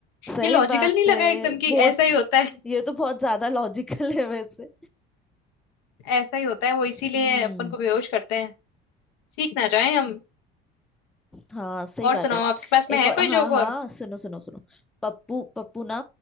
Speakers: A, in the centre; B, on the left (about 85°).
A: सही
B: ये लॉजिकल
A: बात
B: नहीं
A: है
B: लगा एकदम कि
A: बहुत
B: ऐसा ही होता है
A: ये तो बहुत ज्यादा लॉजिकल है वैसे
B: ऐसा ही होता है वो इसीलिए
A: हम्म
B: अपन को बेहोश करते हैं सीख ना जाए हम
A: हाँ सही
B: और
A: बात
B: सुनाओ
A: है
B: आपके पास में
A: एक
B: है
A: और
B: कोई
A: हाँ
B: जोक
A: हाँ
B: और
A: सुनो सुनो सुनो पप्पू पप्पू ना